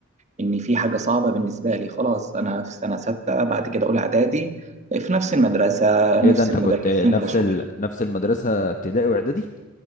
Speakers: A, on the right; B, on the left.
A: إن في حاجة صعبة بالنسبة لي خلاص أنا في سنة ستة بعد كده أولى إعدادي في نفس المدرسة
B: ايه
A: نفس
B: ده انت
A: المدرسين
B: كنت نفس
A: بشوف
B: ال... نفس المدرسة ابتدائي واعدادي